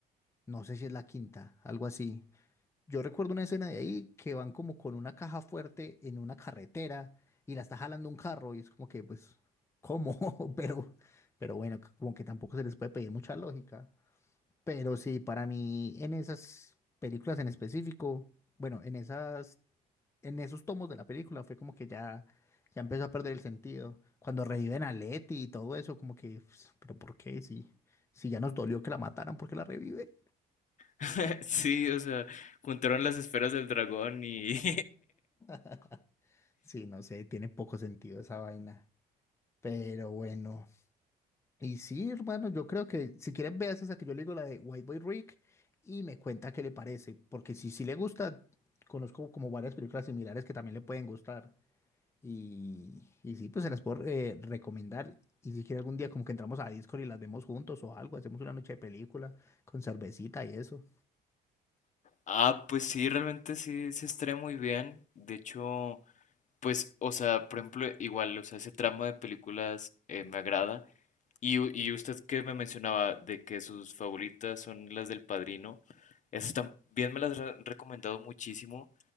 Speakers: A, on the left; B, on the left.
A: No sé si es la quinta, algo así. Yo recuerdo una escena de ahí que van como con una caja fuerte en una carretera y la está jalando un carro y es como que, pues, ¿cómo? <laughs> Pero, pero bueno, como que tampoco se les puede pedir mucha lógica. Pero sí, para mí, en esas películas en específico, bueno, en esas, en esos tomos de la película fue como que ya, ya empezó a perder el sentido. Cuando reviven a Letty y todo eso, como que, pues, pero ¿por qué? Si, si ya nos dolió que la mataran, ¿por qué la reviven?
B: <laughs> Sí, o sea, juntaron las esferas del dragón y... <laughs>
A: <laughs> Sí, no sé, tiene poco sentido esa vaina. Pero bueno. Y sí, hermano, yo creo que si quieres veas esa que yo le digo, la de White Boy Rick, y me cuenta qué le parece. Porque si sí le gusta, conozco como varias películas similares que también le pueden gustar. Y, y sí, pues se las puedo eh, recomendar. Y si quiere algún día como que entramos a Discord y las vemos juntos o algo, hacemos una noche de película con cervecita y eso.
B: Ah, pues sí, realmente sí se estrena muy bien. De hecho, Pues, o sea, por ejemplo, igual, o sea, ese tramo de películas eh, me agrada. Y, u- y usted que me mencionaba de que sus favoritas son las del Padrino, esas también me las han recomendado muchísimo,